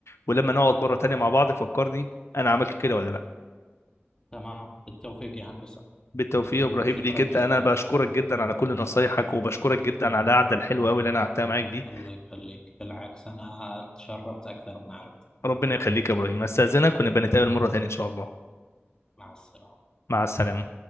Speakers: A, on the left; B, on the left.
A: ولما نقعد مره تانيه مع بعض فكرني انا عملت كده ولا لا
B: تمام بالتوفيق يا هندسه
A: بالتوفيق
B: بالتوفيق
A: يا ابراهيم
B: شكرا
A: ليك انت
B: جزيلا
A: انا بشكرك جدا على كل نصايحك وبشكرك جدا على القعده الحلوه قوي اللي انا قعدتها معاك دي
B: الله يخليك بالعكس انا تشرفت اكثر بمعرفتك
A: ربنا يخليك يا ابراهيم استاذنك ونبقى نتقابل مره تانية ان شاء الله
B: مع السلامه
A: مع السلامه